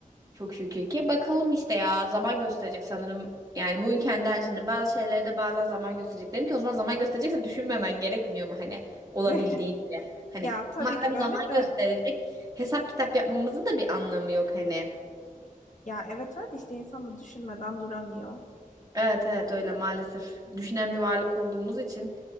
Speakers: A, on the right; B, on the left.
A: Çok şükür ki. Bakalım işte ya zaman gösterecek sanırım. Yani bugün kendi aynısını. Bazı şeyleri de bazen zaman gösterecek. Dedim ki o zaman zaman gösterecekse düşünmemen gerekmiyor mu hani olabildiğince.
B: <laughs>
A: Hani
B: Ya tabii
A: madem
B: ki öyle
A: zaman
B: de
A: gösterecek hesap kitap yapmamızın da bir anlamı yok hani.
B: ya evet öyle de işte insan da düşünmeden duramıyor.
A: Evet evet öyle maalesef. Düşünen bir varlık olduğumuz için.